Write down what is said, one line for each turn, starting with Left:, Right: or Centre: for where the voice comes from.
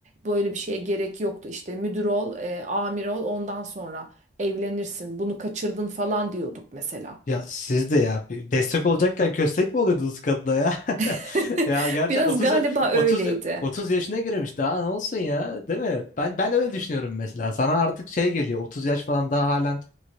Right: böyle bir şeye gerek yoktu işte müdür ol, e, amir ol ondan sonra evlenirsin. Bunu kaçırdın falan diyorduk mesela.
Left: Ya siz de ya bir destek olacakken köstek mi oluyordunuz kadına ya?
Right: <laughs>
Left: <laughs> Ya gerçekten
Right: Biraz
Left: 30
Right: galiba
Left: ya-
Right: öyleydi.
Left: 30 ya- 30 yaşına girmiş daha ne olsun ya değil mi? Ben ben öyle düşünüyorum mesela. Sana artık şey geliyor 30 yaş falan daha hala